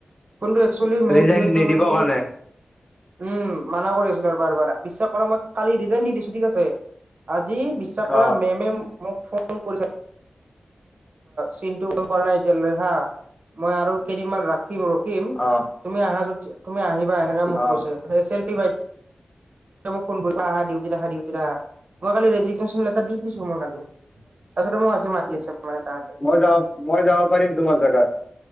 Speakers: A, on the right (about 60°); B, on the left (about 25°).
A: কোনটো একচুৱেলি মেইন
B: ৰিজাইন
A: ৰিজনটো
B: নিদিবৰ
A: হ'ল কি
B: কাৰণে
A: উম। মানা কৰি আছিলো আৰু বাৰ বাৰ বিশ্বাস কৰা মই কালি ৰিজাইন দি দিছো ঠিক আছে আজি বিশ্বাস। ত পৰা
B: অ
A: মেমে মোক ফোন কৰিছে চিনটো। ম কৰা নাই এতিয়ালৈ হা মই আৰু কেইদিন মমান ৰাখিম ৰখিম
B: অ
A: তুমি আহা যদি। তুমি আহিবা এনেকাে মোক
B: অ
A: কৈছে বাই। তেতিয়া মোক ফোন কৰি দিউটি অহা দিউটি অহা। মই কালি ৰেজিগনেশ্যন লেটাৰ দি দিছো মই কালি তাৰপাছতে মোক আজি মাতি আছে। মানে তাহাঁতে
B: মই যাব মই যাব পাৰিম তোমাৰ জোগাত।